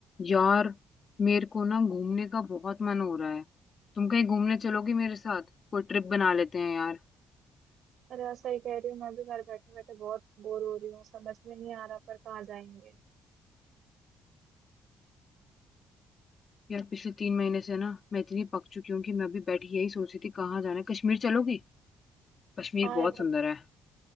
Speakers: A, on the left (about 45°); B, on the right (about 70°).
A: यार मेरे को ना घूमने का बहुत मन हो रहा है तुम कहीं घूमने चलोगी मेरे साथ कोई ट्रिप बना लेते हैं यार
B: अरे यार सही कह रही हूँ मैं भी घर बैठे बैठे बहुत बोर हो रही हूँ समझ में नहीं आ रहा पर कहाँ जाएंगे
A: यार पिछले तीन महीने से ना मैं इतनी पक चुकी हूँ कि मैं भी बैठी यही सोच रही थी कहाँ जाना है कश्मीर चलोगी कश्मीर
B: हाँ
A: बहुत
B: यार
A: सुंदर है